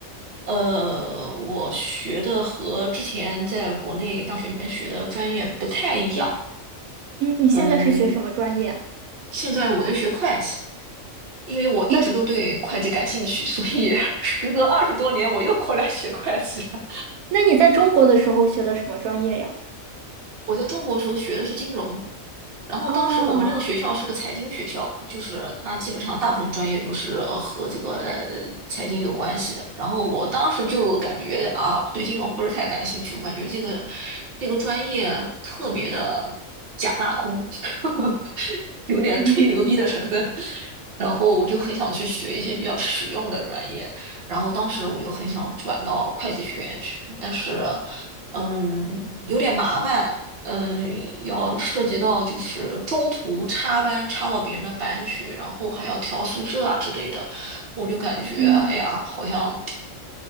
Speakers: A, on the right; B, on the right.
A: 呃，我学的和之前在国内大学里面学的专业不太一样。
B: 嗯，你现在是学什么专业啊？
A: 嗯，现在我在学会计，因为我一直都对会计感兴趣，
B: 那
A: 所以 <laughs> 时隔二十多年，我又过来学会计了。
B: 那你在中国的时候学的什么专业呀？
A: 我在中国时候学的是金融，然后当时我们那个学校是个财经学校啊，
B: 哦，
A: 就是它基本上大部分专业都是呃和这个呃财经有关系的。然后我当时就感觉啊，对金融不是太感兴趣，我感觉这个这个专业特别的假大空，<laughs> 有点吹牛逼的成分。
B: 嗯
A: 然后我就很想去学一些比较实用的专业，然后当时我就很想转到会计学院去，但是，嗯，有点麻烦。嗯，要涉及到就是中途插班插到别人的班去，然后还要调宿舍啊之类的，我就感觉哎呀，
B: 嗯，
A: 好像